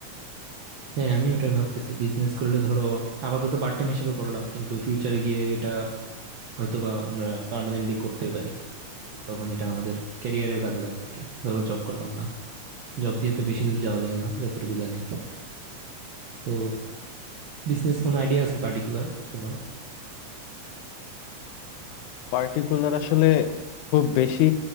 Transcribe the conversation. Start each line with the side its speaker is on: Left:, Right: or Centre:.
Right: হ্যাঁ আমি ওটাই ভাবতেছি বিজনেস করলে ধরো আপাতত পার্ট টাইম হিসেবে করলাম কিন্তু ফিউচারে গিয়ে এটা হয়তোবা আমরা পার্মানেন্টলি করতে পারি তখন এটা আমাদের ক্যারিয়ারেও কাজে লাগবে আর কি ধরো জব করলাম না জব দিয়ে তো বেশি দূর যাওয়া যায় না যতটুকু জানি তো বিজনেস কোনো আইডিয়া আছে পার্টিকুলার তোমার
Left: পার্টিকুলার আসলে খুব বেশি